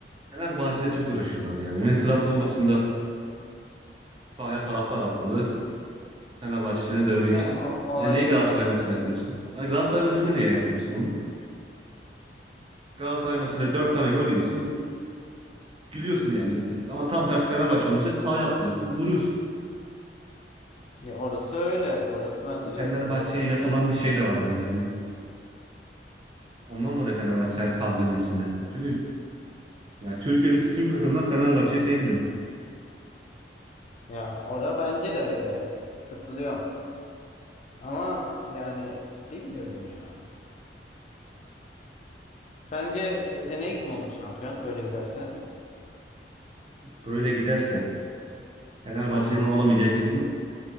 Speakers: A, on the right; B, on the left.
A: Fenerbahçe'de çok uğraşıyorlar ya. Yani Trabzon maçında sahaya taraftar atladı. Fenerbahçe'ye dövmek
B: <laughs>
A: için.
B: O- Olay
A: Yani niye
B: çok
A: Galatasaray
B: komik.
A: maçında yapmıyorsun? Yani Galatasaray maçında niye yapmıyorsun onu? Galatasaray maçında 4 tane gol yiyorsun. Gülüyorsun yani. Ama tam tersi Fenerbahçe olunca sağa atlıyorsun, vuruyorsun.
B: Ya orası öyle. Orası bence
A: Yani Fenerbahçe'ye
B: de öyle. Doğru katılıyorum.
A: yapılan bir şey de var bence yani. Ondan dolayı Fenerbahçe her kavganın içinde. Çünkü ya Türkiye'deki tüm takımlar Fenerbahçe'yi sevmiyor.
B: Ya ora bence de öyle. Katılıyorum. Ama yani bilmiyorum ya. Sence
A: Bu-
B: seneye kim olur şampiyon böyle giderse?
A: Böyle giderse Fenerbahçe'nin
B: Hmm.
A: olamayacağı kesin.